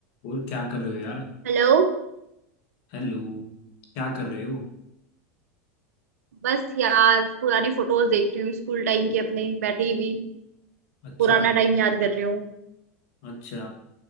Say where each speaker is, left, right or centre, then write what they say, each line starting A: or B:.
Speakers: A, on the left; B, on the right.
A: और क्या कर रहे हो यार
B: Hello
A: हेलो क्या कर रहे हो
B: बस यार पुरानी फोटोज देख रही हूँ स्कूल टाइम की अपने बैठी हुई
A: अच्छा
B: पुराना टाइम याद कर रही हूँ
A: अच्छा